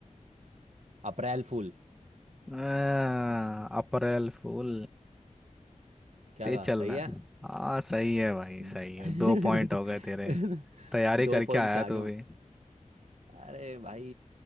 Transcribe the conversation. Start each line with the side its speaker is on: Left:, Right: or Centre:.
Right: अप्रैल फूल
Centre: आ, अप्रैल फूल
Right: क्या
Centre: ते
Right: कहा
Centre: चल
Right: सही
Centre: रहा
Right: है
Centre: है हाँ सही है भाई
Right: <laughs>
Centre: सही है दो पॉइंट हो गए तेरे तैयारी
Right: दो
Centre: करके
Right: पॉइंट
Centre: आया
Right: से आगे
Centre: तू भी
Right: अरे भाई